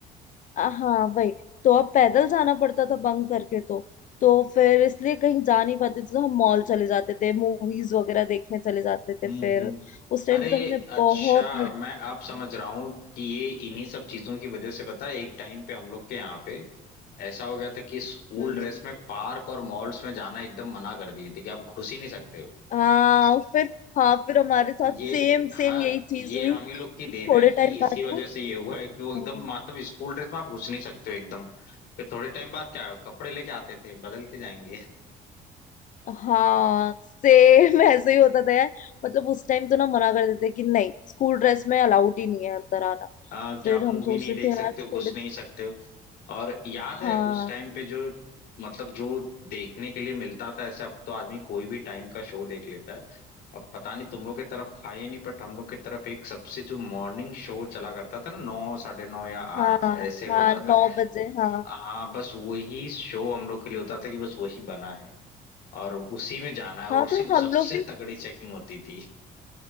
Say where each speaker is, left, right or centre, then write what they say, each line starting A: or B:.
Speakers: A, on the left; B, on the left.
A: अ, हाँ वही तो अब पैदल जाना पड़ता था बंक करके तो तो फिर इसलिए कहीं जा नहीं पाते थे तो हम मॉल चले जाते थे मूवीज वगैरह देखने चले जाते थे
B: हम्म
A: फिर
B: हम्म।
A: उस टाइम
B: अरे
A: पे तो हमने
B: अच्छा
A: बहुत मूवी
B: मैं
A: देखी
B: आप समझ
A: है।
B: रहा हूँ कि ये इन्हीं सब चीजों की वजह से पता है एक टाइम पे हम लोग के यहाँ पे ऐसा हो गया था कि स्कूल
A: हम्म हम्म।
B: ड्रेस में पार्क और मॉल्स में जाना एकदम मना कर दिए थे कि आप घुस ही नहीं सकते हो
A: हाँ फिर हाँ फिर हमारे साथ
B: ये
A: सेम सेम
B: हाँ
A: यही चीज
B: ये
A: हुई
B: हम ही
A: कि
B: लोग की देन
A: थोड़े
B: है कि
A: टाइम
B: इसी
A: बाद
B: वजह
A: ना
B: से ये हुआ है कि वो एकदम
A: हाँ
B: मतलब स्कूल ड्रेस में आप घुस नहीं सकते हो एकदम फिर थोड़े टाइम बाद क्या है, कपड़े लेके आते थे बदल के जाएंगे
A: हाँ सेम <laughs> ऐसे ही होता था यार मतलब उस टाइम तो ना मना कर देते कि नहीं स्कूल ड्रेस में अलाउड ही नहीं है अंदर आना
B: हाँ क्या
A: फिर
B: आप
A: हम
B: मूवी
A: सोचते
B: नहीं देख
A: थे यार
B: सकते
A: थोड़े
B: हो घुस नहीं सकते हो और याद
A: हाँ
B: है उस टाइम पे जो मतलब जो देखने के लिए मिलता था ऐसे अब तो आदमी कोई भी टाइम का शो देख लेता है अब पता नहीं तुम लोग की तरफ था या नहीं बट हम लोग की तरफ एक सबसे जो मॉर्निंग शो चला करता था ना नौ साढ़े नौ या आठ
A: हाँ
B: ऐसे होता
A: हाँ नौ
B: था
A: बजे हाँ
B: हाँ बस वही शो हम लोग के लिए होता था कि बस वही बना है और उसी में जाना है और
A: हाँ
B: उसी
A: तो
B: में
A: हम
B: सबसे
A: लोग भी
B: तगड़ी चेकिंग होती थी